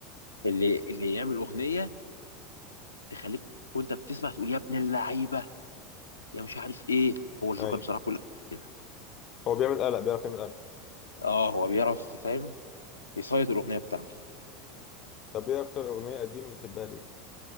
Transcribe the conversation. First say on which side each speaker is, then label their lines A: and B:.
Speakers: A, on the left; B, on the left.
A: اللي اللي يعمل اغنيه تخليك وانت بتسمع تقول يا ابن اللعيبه يا مش عارف ايه هو الجوكر
B: أيوة
A: بصراحه كل كده
B: هو بيعمل قلق بيعرف يعمل قلق
A: اه هو بيعرف فاهم يسيط الاغنيه بتاعته
B: طب إيه أكتر أغنية قديمة بتحبها ليه؟